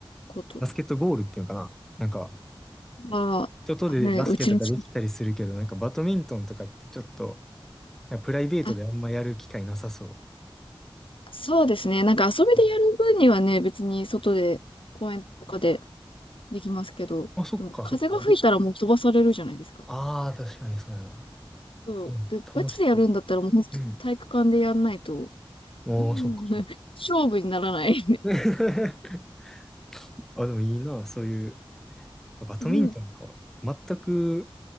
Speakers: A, on the left (about 70°); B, in the centre.
A: コート
B: バスケットゴールっていうのかななんか、
A: は、
B: 外でバスケとかできたりするけど、
A: はい、ねうちの近く。
B: なんかバドミントンとかってちょっと、なんかプライベートであんまやる機会なさそう。
A: あ、そうですね。なんか遊びでやる分にはね、
B: うん
A: 別に外で、公園とかでできますけど、
B: あ、そっか、
A: でも風が吹いたらもう飛ばされるじゃないですか。
B: そっか。別に。ああ、確かにそうやな。
A: そう。
B: うん、
A: で、
B: 楽しそう。
A: ガチでやるんだったらもうほんと体育館でやんないと、
B: うん。ああ、
A: うん
B: そっか、そっか。
A: <laughs> 勝負にならない。
B: <laughs> あ、でもいいな、そういう、バドミントンか。
A: うん。
B: 全く、